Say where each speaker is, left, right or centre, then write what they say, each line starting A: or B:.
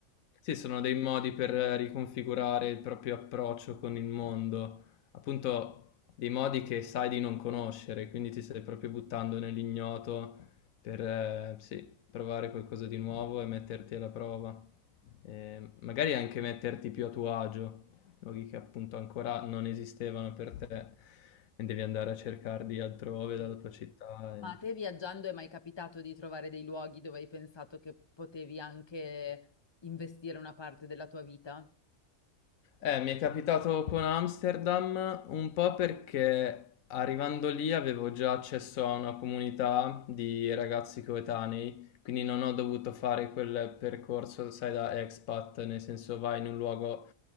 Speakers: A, on the left (about 80°); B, on the left (about 25°).
A: Sì, sono dei modi per eh, riconfigurare il proprio approccio con il mondo, appunto dei modi che sai di non conoscere, quindi ti stai proprio buttando nell'ignoto per eh, sì, provare qualcosa di nuovo e metterti alla prova. Eh, magari anche metterti più a tuo agio, luoghi che appunto ancora non esistevano per te e devi andare a cercarli altrove
B: Sì.
A: dalla tua città. e-
B: Ma a te viaggiando è mai capitato di trovare dei luoghi dove hai pensato che potevi anche investire una parte della tua vita?
A: Eh, mi è capitato con Amsterdam un po' perché arrivando lì avevo già accesso a una comunità di ragazzi coetanei, quindi non ho dovuto fare quel percorso, sai, da expat, nel senso vai in un luogo